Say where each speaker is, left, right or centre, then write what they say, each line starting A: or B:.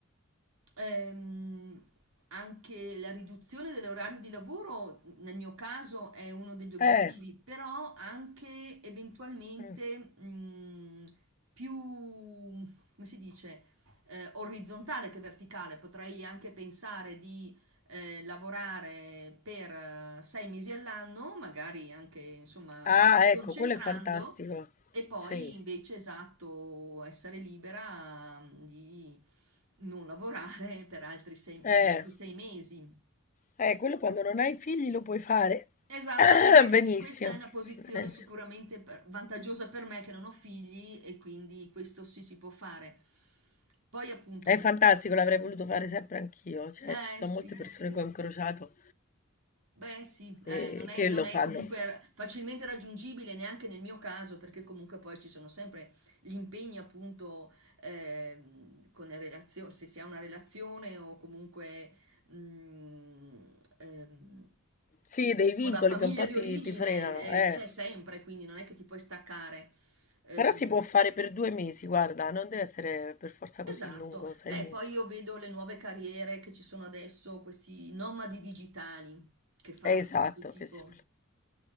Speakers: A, on the right; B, on the left.
A: ehm, anche la riduzione dell'orario di lavoro, nel mio caso, è uno degli obiettivi,
B: Eh,
A: però anche eventualmente,
B: mm.
A: mh, più, come si dice, eh, orizzontale che verticale. Potrei anche pensare eh, lavorare per eh, sei mesi all'anno, magari anche insomma
B: Ah,
A: concentrando,
B: ecco, quello è fantastico.
A: e poi
B: Sì.
A: invece esatto, essere libera mm, di non lavorare <laughs> per altri sei- per
B: Eh,
A: gli altri sei mesi.
B: eh, quello quando non hai figli lo puoi fare
A: Esatto,
B: <clears throat>
A: eh beh sì,
B: benissimo.
A: questa è una posizione
B: Eh,
A: sicuramente per- vantaggiosa per me che non ho figli e quindi questo sì si può fare. Poi appunto
B: È
A: comunque,
B: fantastico, l'avrei voluto fare sempre anch'io. Cioè,
A: eh
B: ci sono
A: sì
B: molte persone
A: sì,
B: che ho incrociato
A: Beh sì, eh,
B: eh,
A: non è,
B: che
A: non
B: lo
A: è
B: fanno.
A: comunque facilmente raggiungibile neanche nel mio caso, perché comunque poi ci sono sempre gli impegni appunto ehm, con le relazioni, se si ha una relazione o comunque mm, ehm,
B: Sì, dei
A: con
B: vincoli
A: la famiglia
B: che un po'
A: di
B: ti,
A: origine
B: ti frenano,
A: eh,
B: eh.
A: c'è sempre, quindi non è che ti puoi staccare. Ehm,
B: Però si può fare per due mesi, guarda, non deve essere per forza
A: esatto.
B: così lungo, sei
A: Beh,
B: mesi.
A: poi io vedo le nuove carriere che ci sono adesso, questi nomadi digitali che fanno
B: È esatto,
A: questo tipo.
B: che si